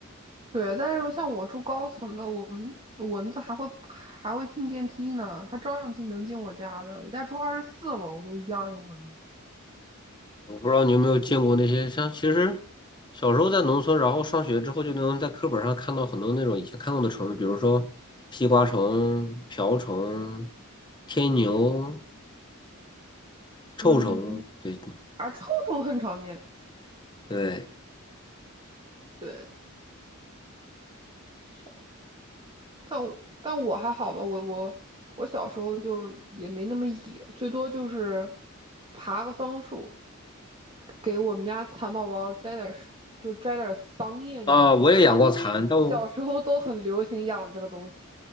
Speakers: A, on the right; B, on the left.
A: 对，但是像我住高层的，我们蚊子还会还会进电梯呢，它照样进能进我家的。我家住二十四楼，都一样有蚊子。
B: 我不知道你有没有见过那些像，其实小时候在农村，然后上学之后就能在课本上看到很多那种以前看过的虫子，比如说西瓜虫、瓢虫、天牛、臭虫，
A: 嗯，
B: 对
A: 啊，臭虫很常见。
B: 对
A: 对，少，但我但我还好吧，我我我小时候就也没那么野，最多就是爬个桑树。给我们家蚕宝宝摘点儿，就摘点儿桑叶那种，
B: 啊，我也养过蚕，
A: 因为小时候都很流行养这个东西，
B: 但我